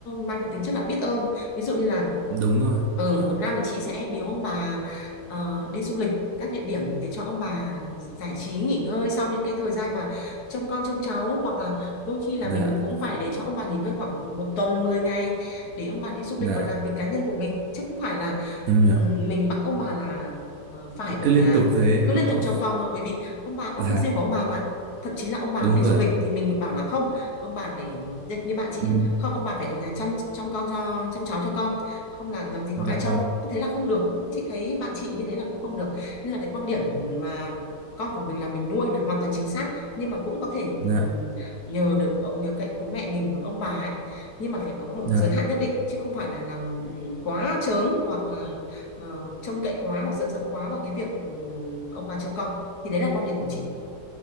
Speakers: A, on the left; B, on the right.
A: mang cái tính chất là biết ơn ví dụ như là
B: đúng rồi
A: ừ,
B: dạ
A: một năm thì chị sẽ biếu ông bà ờ, đi du lịch các địa điểm để cho ông bà giải trí nghỉ ngơi sau những cái thời gian mà trông con trông cháu hoặc là đôi khi là
B: dạ
A: mình cũng phải để cho ông bà nghỉ ngơi khoảng một tuần mười ngày để ông bà đi du
B: dạ
A: lịch và làm việc cá nhân của mình chứ không phải là
B: em
A: ừm,
B: hiểu
A: mình bắt ông bà là ờ, phải ở
B: cứ
A: nhà
B: liên tục thế
A: cứ liên
B: đúng không
A: tục trông con thôi bởi vì ông bà có
B: dạ
A: việc riêng của ông bà mà thậm chí là ông bà
B: đúng
A: đi
B: rồi
A: du lịch
B: ạ
A: thì mình bảo là không ông bà phải như như bạn chị
B: Ừ.
A: à, không ông bà phải ở nhà chăm chăm con cho chăm cháu cho con không là làm gì
B: Dạ
A: có ai trông
B: vâng.
A: thế là không được chị thấy bạn chị như thế là cũng không được nên là cái quan điểm mà con của mình là mình nuôi là hoàn toàn chính xác nhưng mà cũng có thể
B: dạ
A: ừm, nhờ được ờ, nhờ cậy bố mẹ mình và ông bà ấy nhưng mà phải có một
B: dạ
A: giới hạn nhất định chứ không phải là làm ừm, quá trớn hoặc là ờ, trông cậy quá hoặc dựa dẫm quá vào cái việc ừm, ông bà trông con thì đấy là quan điểm của chị